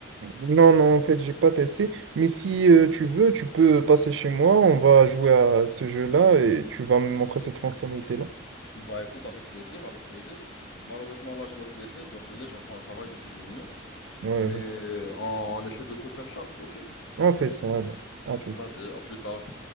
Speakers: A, on the right; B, on the left.
A: Non, non, en fait, j'ai pas testé. Mais si euh, tu veux, tu peux passer chez moi, on va jouer à ce jeu-là et tu vas me montrer cette fonctionnalité-là.
B: Bah écoute, avec plaisir, avec plaisir. Malheureusement, là, je dois te laisser, je dois filer, je reprends le travail d'ici 10 minutes.
A: Ouais,
B: Mais
A: ouais.
B: euh, on, on essaie de se faire ça, ok?
A: On fait ça, alors. À tout.
B: Vas-y, à plus tard.